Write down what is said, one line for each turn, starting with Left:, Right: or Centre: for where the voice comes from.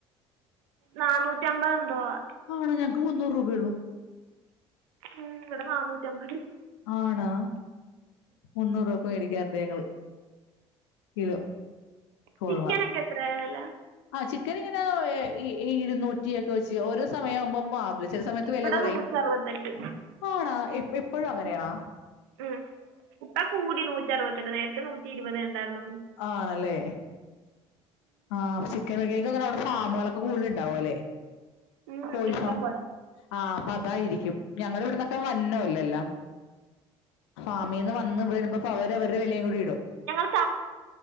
Right: നാന്നൂറ്റമ്പത് എന്തോ ആ
Left: ആണോ ഞങ്ങൾക്ക് മുന്നൂറൂപ ഉള്ളു
Right: ഉം ഇവിട നന്നൂറ്റംപത്
Left: ആണാ മുന്നൂറുവക്ക് മേടിക്കാറുണ്ട് ഞങ്ങള് കിലോ കൊള്ളാം
Right: ചിക്കനെക്ക എത്രയാ വെല
Left: ആ ചിക്കൻ ഇങ്ങന ഇ ഇ ഇരുന്നൂറ്റിയൊക്കെ വെച്ച് ഓരോ സമയമാവുമ്പം മാ ചില സമയത്ത് വില
Right: ഇവിടെ
Left: കൊറയും
Right: നൂറ്ററുപത്തെട്ട്
Left: ആണാ <unintelligible> പ്പഴും അങ്ങനയാ
Right: ഉം ഇപ്പ കൂടി നൂറ്റാരുവത്തെട്ട് നേരത്തെ നൂറ്റി ഇരുവതെ ഇണ്ടാർന്നോളൂ
Left: ആണല്ലേ ആ <unintelligible> അവിടെ ഫാമുളെ കൂടുതലുണ്ടാവും അല്ലേ
Right: ഉം,
Left: കോഴിഫാം
Right: ഇഷ്ടം പോലെ
Left: ആ പ്പ അതായിരിക്കും ഞങ്ങള ഇവിടന്നൊക്കെ വന്നേല്ലല്ലാ ഫാമിന്ന് വന്ന് വരുമ്പം അവര് അവരുടെ വിലയും കൂടി ഇടും
Right: ഞങ്ങൾ